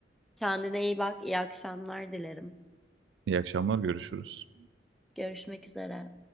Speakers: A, in the centre; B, on the right.
A: Kendine iyi bak, iyi akşamlar dilerim.
B: İyi akşamlar, görüşürüz.
A: Görüşmek üzere.